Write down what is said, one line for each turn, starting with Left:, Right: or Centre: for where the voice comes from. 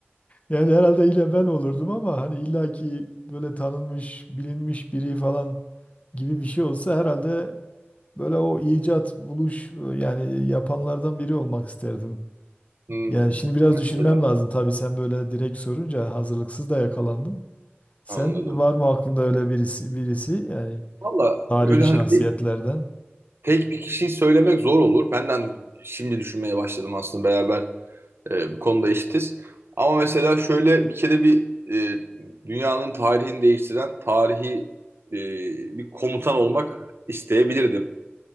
Left: Yani herhalde yine ben olurdum ama hani illaki böyle tanınmış, bilinmiş biri falan gibi bir şey olsa herhalde böyle o icat, buluş yani yapanlardan biri olmak isterdim.
Right: Hmm.
Left: Yani şimdi biraz
Right: Mesela
Left: düşünmem lazım tabii sen böyle direkt sorunca hazırlıksız da yakalandım. Sen
Right: anladım.
Left: var mı aklında öyle birisi birisi yani
Right: Valla
Left: tarihi
Right: böyle
Left: şahsiyetlerden?
Right: hani tek, tek bir kişiyi söylemek zor olur. Benden şimdi düşünmeye başladım aslında beraber. E, bu konuda eşitiz. Ama mesela şöyle bir kere bir e, dünyanın tarihini değiştiren tarihi e, bir komutan olmak isteyebilirdim.